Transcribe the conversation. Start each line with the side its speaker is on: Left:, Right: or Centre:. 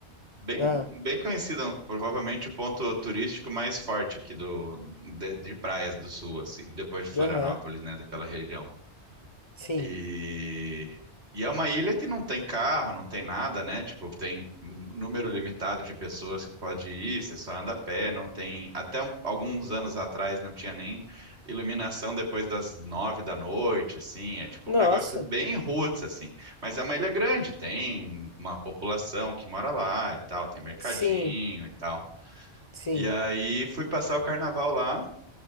Right: Bem,
Left: Ah,
Right: bem conhecido, provavelmente o ponto turístico mais forte aqui do, de, de praias do sul, assim, depois de Florianópolis,
Left: aham.
Right: né, daquela região.
Left: Sim.
Right: E, e é uma ilha que não tem carro, não tem nada, né? Tipo, tem um número limitado de pessoas que pode ir, você só anda a pé, não tem. Até um- alguns anos atrás não tinha nem iluminação depois das nove da noite, assim. É tipo
Left: Nossa.
Right: um negócio bem roots, assim. Mas é uma ilha grande, tem uma população que mora lá e tal, tem mercadinho
Left: Sim.
Right: e tal.
Left: Sim.
Right: E aí fui passar o carnaval lá.